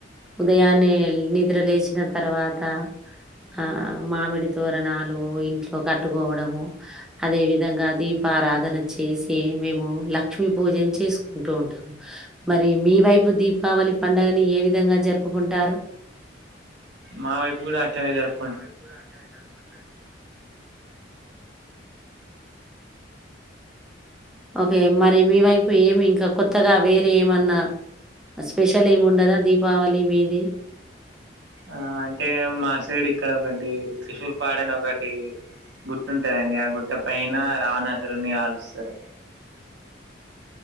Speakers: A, in the centre; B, on the right (about 70°).
A: ఉదయాన్నే నిద్ర లేచిన తర్వాత ఆ మామిడి తోరణాలు ఇంట్లో కట్టుకోవడము అదే విధంగా దీపారాధన చేసి మేము లక్ష్మీ పూజని చేసుకుంటూ ఉంటాము మరి మీ వైపు దీపావళి పండుగని ఏ విధంగా జరుపుకుంటారు
B: మా వైపు కూడా అట్లానే జరుపు
A: మా వైపు కూడా అట్నె జరుపుకుంటారు ఓకే మరి మీ వైపు ఏమి ఇంకా కొత్తగా వేరే ఏమన్నా స్పెషల్ ఏముండదా దీపావళి మీది
B: ఆ అంటే మాసైడ్ ఇక్కడ ఒకటి త్రిశూలపాడని ఒకటి గుట్ట ఉంటాదండి ఆ గుట్ట పైన రావణసురున్ని కాలుస్తారు